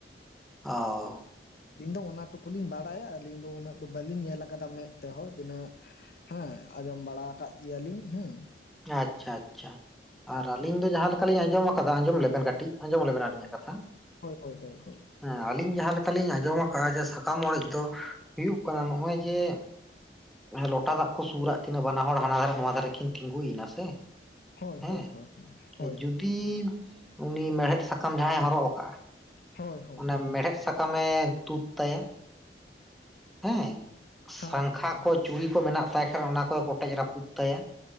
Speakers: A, in the centre; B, on the left.
A: ᱚ
B: ᱤᱧ ᱫᱚ ᱚᱱᱟ ᱴᱩᱠᱩ ᱞᱤᱧ ᱵᱟᱲᱟᱭᱟ ᱟᱹᱞᱤᱧ ᱫᱚ ᱩᱱᱟᱹᱜ ᱫᱚ ᱵᱟᱹᱞᱤᱧ ᱧᱮᱞ ᱟᱠᱟᱫᱟ ᱢᱮᱸᱫ ᱛᱮᱸᱦᱚ ᱛᱤᱱᱟᱹᱜ᱾ ᱦᱮᱸ ᱟᱸᱡᱚᱢ ᱵᱟᱲᱟ ᱟᱠᱟᱫ ᱜᱮᱭᱟᱞᱤᱧ ᱦᱮᱸ ᱾
A: ᱟᱪᱪᱷᱟ ᱟᱪᱪᱷᱟ ᱟᱨ ᱟᱹᱞᱤᱧ ᱫᱚ ᱡᱟᱸᱦᱟ ᱼᱼ ᱠᱛᱷᱟᱧ ᱟᱸᱡᱚᱢ ᱟᱠᱟᱫᱟ ᱟᱸᱡᱚᱢ ᱞᱮᱵᱮᱱ ᱠᱟᱹᱴᱤᱡ, ᱟᱸᱡᱚᱢ ᱞᱮᱵᱮᱱ ᱟᱞᱤᱧᱟᱜ ᱠᱟᱛᱷᱟ ᱼᱼ
B: ᱦᱳᱭ ᱦᱳᱭ ᱦᱳᱭ ᱦᱳᱭ ᱼᱼ
A: ᱦᱮᱸ ᱟᱞᱤᱧ ᱡᱟᱸᱦᱟ ᱞᱮᱠᱟᱞᱤᱧ ᱟᱸᱡᱚᱢ ᱟᱠᱟᱜᱼᱟ ᱡᱮ ᱥᱟᱠᱟᱢ ᱚᱲᱮᱡ ᱫᱚ ᱦᱩᱭᱩᱜ ᱠᱟᱱᱟ ᱱᱚᱜᱼᱚᱭ ᱡᱮ ᱼᱼ ᱞᱚᱴᱟ ᱫᱟᱜ ᱠᱚ ᱥᱩᱨᱟᱜ ᱠᱤᱱᱟ ᱵᱟᱱᱟ ᱦᱚᱲ ᱦᱟᱱᱟ ᱫᱷᱟᱨᱮ ᱱᱚᱣᱟ ᱫᱷᱟᱨᱮ ᱠᱤᱱ ᱼᱼ ᱛᱤᱸᱜᱩᱭ ᱱᱟᱥᱮ
B: ᱦᱳᱭ
A: ᱦᱮᱸ
B: ᱦᱳᱭ ᱦᱳᱭ ᱦᱳᱭ
A: ᱡᱩᱫ ᱼᱼ ᱛᱤ ᱩᱱᱤ ᱢᱮᱲᱦᱮᱫ ᱥᱟᱠᱟᱢ ᱡᱟᱸᱦᱟᱭ ᱦᱚᱨᱚᱜ ᱟᱠᱟᱜᱼᱟ ᱾
B: ᱦᱳᱭ ᱦᱳᱭ
A: ᱚᱱᱮ
B: ᱦᱳᱭ
A: ᱢᱮᱬᱦᱮᱫ ᱥᱟᱠᱟᱢᱮ ᱛᱩᱫ ᱛᱟᱭᱟ ᱾ ᱦᱮᱸ
B: ᱦᱮᱸ
A: ᱥᱟᱝᱠᱷᱟ
B: ᱦᱮᱸ ᱦᱮᱸ
A: ᱠᱚ ᱪᱩᱲᱤ ᱠᱚ ᱢᱮᱱᱟᱜ ᱛᱟᱭ ᱠᱷᱟᱱ ᱚᱱᱟ ᱠᱚᱭ ᱠᱚᱴᱮᱡ ᱨᱟᱹᱯᱩᱫ ᱛᱟᱭᱟ